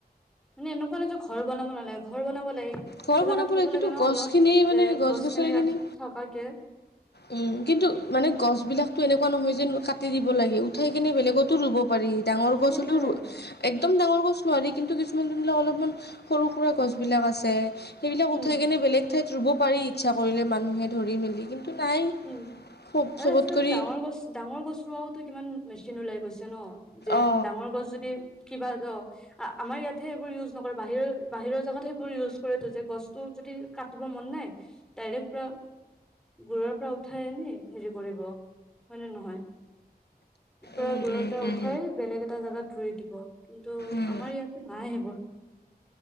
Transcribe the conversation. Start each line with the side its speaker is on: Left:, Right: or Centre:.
Centre: মানে এনেকুৱা নহয় যে ঘৰ বনাব নালাগে ঘৰ বনাব লাগে কিন্তু
Left: ঘৰ
Centre: এটা
Left: বনাব
Centre: জেগা থব
Left: কিন্তু
Centre: লাগে ন
Left: গছখিনি
Centre: অলপ
Left: মানে
Centre: যে গছ
Left: গছনিখিনি
Centre: খিনি ৰাখি থকাকে।
Left: উম, কিন্তু মানে গছবিলাকতো এনেকুৱা নহয় যেন কাটি দিব লাগে উঠাই কিনে বেলেগতো ৰুব পাৰি। ডাঙৰ গছ
Centre: সেইটোয়ে
Left: হলেও একদম ডাঙৰ গছ নোৱাৰি কিন্তু কিছুমান যোনবিলাক অলপমান সৰু সুৰা গছ বিলাক আছে। সেইবিলাক
Centre: উম
Left: উঠাই কিনে বেলেগ ঠাইত ৰুব পাৰি ইচ্ছা কৰিলে মানুহে ধৰি মেলি কিন্তু নাই।
Centre: উম
Left: খুব
Centre: আৰু
Left: চবত
Centre: আজিকালিটো
Left: কৰি
Centre: ডাঙৰ গছ ডাঙৰ গছ ৰুৱাওটো কিমান মেচিন ওলাই গৈছে ন। যে
Left: অ
Centre: ডাঙৰ গছ যদি কিবা অ আমাৰ ইয়াতহে সেইবোৰ ইউজ নকৰে বাহিৰৰ বাহিৰৰ জাগাত সেইবোৰ ইউজ কৰেতো যে গছ তোৰ যদি কাটিব মন নাই ডাইৰেক্ট পুৰা গুৰিৰ পৰা উঠাই আনি হেৰি কৰিব। হয় নে নহয়? পুৰা
Left: উম
Centre: গুৰিৰ
Left: উম
Centre: পৰা
Left: উম
Centre: উঠাই বেলেগ এটা জেগাত ৰুই দিব কিন্তু,
Left: উম
Centre: আমাৰ ইয়াতে নাই সেইবোৰ।